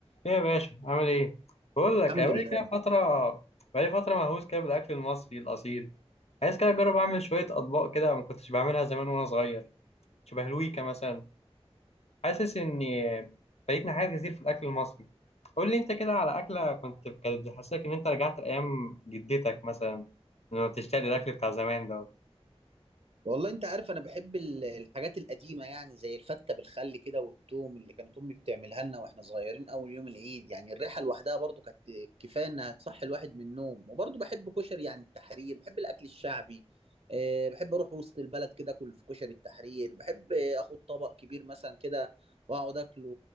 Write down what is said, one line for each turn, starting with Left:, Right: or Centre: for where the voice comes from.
Left: ايه يا باشا عامل ايه؟ بقول لك
Right: الحمد
Left: أنا بقالي
Right: لله
Left: كده فترة بقالي فترة مهووس كده بالأكل المصري الأصيل عايز كده أجرب أعمل شوية أطباق كده ما كنتش بعملها زمان وأنا صغير شبه الويكا مثلا حاسس إني فايتني حاجات كتير في الأكل المصري قول لي أنت كده على أكلة كنت كانت بتحسسك إن أنت رجعت لأيام جدتك مثلا لما بتشتاق للأكل بتاع زمان ده
Right: والله انت عارف انا بحب ال- الحاجات القديمه يعني زي الفته بالخل كده والثوم اللي كانت امي بتعملها لنا واحنا صغيرين اول يوم العيد يعني الريحه لوحدها برضو كانت كفايه انها تصحي الواحد من النوم وبرضو بحب كشري يعني التحرير بحب الاكل الشعبي أه بحب اروح وسط البلد كده اكل في كشري التحرير بحب آه، اخد طبق كبير مثلا كده واقعد اكله